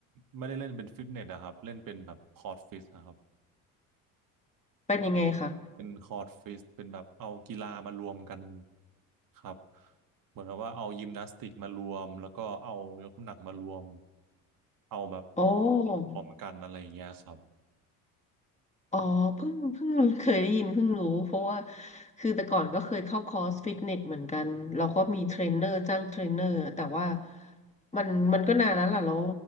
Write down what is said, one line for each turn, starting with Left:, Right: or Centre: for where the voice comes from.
Right: ไม่ได้เล่นเป็นฟิตเนสนะครับเล่นเป็นแบบคอร์ดฟิตนะครับ
Left: เป็นยังไงคะ
Right: เป็นคอร์ดฟิตเป็นแบบเอากีฬามารวมกันครับเหมือนกับว่าเอายิมนาสติกมารวมแล้วก็เอายกน้ำหนักมารวมเอาแบบ
Left: โอ้
Right: รวมกันอะไรอย่างเงี้ยครับ
Left: อ๋อเพิ่งเพิ่งเคยได้ยินเพิ่งรู้เพราะว่าคือแต่ก่อนก็เคยเข้าคอร์สฟิตเนสเหมือนกันเราก็มีเทรนเนอร์จ้างเทรนเนอร์แต่ว่ามันมันก็นานแล้วล่ะแล้ว